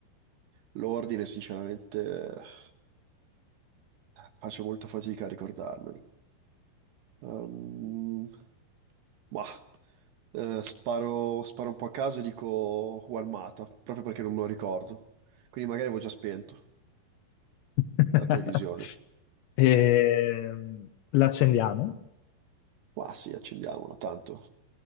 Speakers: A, on the right; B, on the left.
A: l'ordine, sinceramente. Faccio molta fatica a ricordarmelo. Ehm, ma eh, sparo, sparo un po' a caso e dico Juan Mata, proprio perché non me lo ricordo. Quindi magari avevo già spento
B: <laughs>
A: la televisione.
B: Ehm, L'accendiamo.
A: Ma sì, accendiamola, tanto.